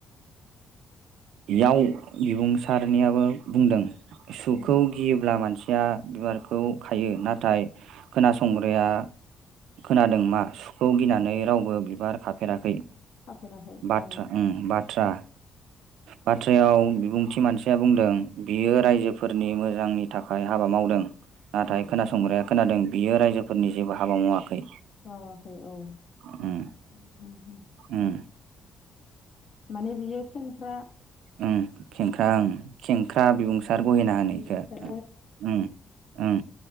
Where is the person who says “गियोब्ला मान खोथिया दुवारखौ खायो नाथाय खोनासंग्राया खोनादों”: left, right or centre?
Right